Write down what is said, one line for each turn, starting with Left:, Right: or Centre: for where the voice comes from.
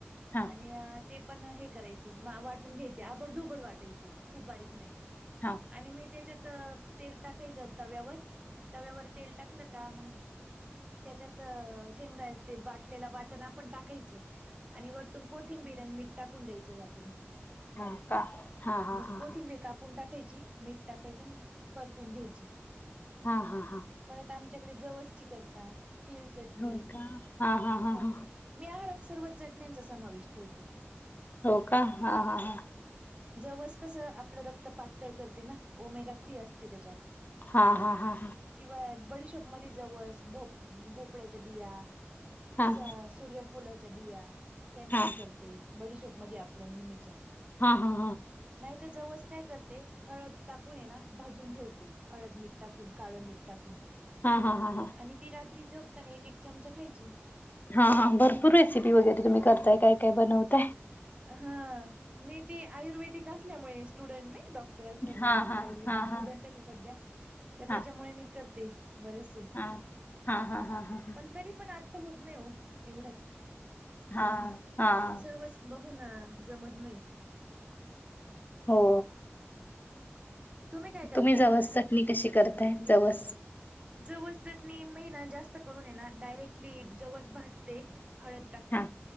Left: हां हां हां
Right: आणि ते पण हे करायचे वाटून घ्यायचे आबडधोबड वाटायचे. खूप बारीक नाही
Left: हां
Right: आणि मी त्याच्यात तेल टाकायचं तव्यावर तव्यावर तेल टाकलं का मग त्याच्यात शेंगदाणा बाटलेला वाटण पण टाकायचं आणि वर कोथिंबीरी अन मीठ टाकून द्यायच वाटून
Left: हां
Right: बारीक
Left: का हां हां
Right: मग
Left: हां
Right: कोथिंबीर
Left: हां
Right: का? कापून टाकायची मीठ टाकायचं ना परतून घ्यायची.
Left: हा हा हा.
Right: परत आमच्याकडे जवस्ची करता तीळ चटणी
Left: होय का हां हां हां
Right: ह.
Left: हां
Right: मी आहारात सर्व चटण्यांचा समावेश ठेवते.
Left: हो का हा हा हा.
Right: जवच कसं आपलं रक्त पातळ करते ना ओमेगा थ्री असते त्याच्यात
Left: हा हा हा हा.
Right: किंवा बडीशोप मध जवस भो भोपळ्याच्या बिया
Left: हां
Right: स
Left: हां
Right: सूर्यफुलाच्या बीया त्या मिक्स
Left: हां हां हां
Right: करते बडिशोप मध्ये आपल्या नेहमीच्या.
Left: हां हां हां हां
Right: नाही तर जवस काय करते हळद. टाकून ये ना भाजून ठेवते हळद मीठ टाकून काळं मीठ टाकून
Left: हा हा हा हा.
Right: आणि ती रात्री झोपताना एक एक चमचा खायची.
Left: हा हा भरपूर रेसिपी वगैरे तुम्ही करताय. काय काय बनवताय.
Right: हं, मी ते आयुर्वेदिक असल्यामुळे स्टुडंट नाही का डॉक टर असल्यामुळे,
Left: हां हां
Right: आयुर्वेदिक
Left: हां
Right: स्टुडंटचे
Left: हां
Right: सध्या. तर त्याच्यामुळे
Left: हां
Right: मी करते बरेचशे. ते
Left: हां हां हां हां हां
Right: पण तरी पण आता होत नाही हो एवढ्यात.
Left: हां हां.
Right: सर्वच बघून जमत नाही.
Left: हो.
Right: काय करताय?
Left: तुम्ही जवस चटणी कशी करताय? जवस.
Right: जवस चटणी मी ना जास्त करून ये ना डायरेक्टली जवस भाजते हळद टाकून.
Left: हा